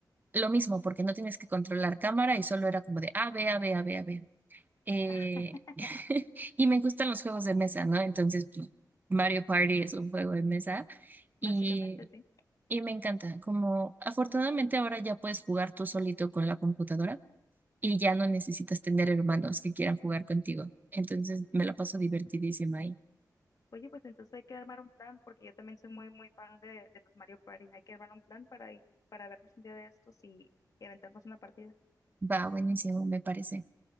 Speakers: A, on the right (about 25°); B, on the left (about 55°).
A: Lo mismo, porque no tienes que controlar cámara y solo era como de A, B, A, B, A, B, A, B. Eh,
B: <laughs>
A: <laughs> y me gustan los juegos de mesa, ¿no? Entonces, pues, Mario Party es un juego de mesa y,
B: básicamente sí.
A: y me encanta, como afortunadamente ahora ya puedes jugar tú solito con la computadora y ya no necesitas tener hermanos que quieran jugar contigo. Entonces, me la paso divertidísima ahí.
B: Oye, pues entonces hay que armar un plan, porque yo también soy muy, muy fan de, de los Mario Party. Hay que armar un plan para ir, para vernos un día de estos y, y aventarnos una partida.
A: Va, buenísimo, me parece.